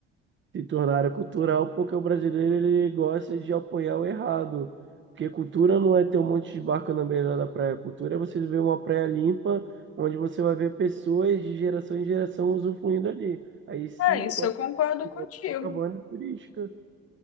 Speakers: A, on the right; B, on the left.
A: se tornaram cultural porque o brasileiro ele gosta de apoiar o errado. Porque cultura não é ter um monte de barco na beira da praia. Cultura é você ver uma praia limpa, onde você vai ver pessoas de geração em geração usufruindo ali. Aí se
B: Ah, isso
A: torna
B: eu concordo
A: igual
B: contigo.
A: Copacabana turística.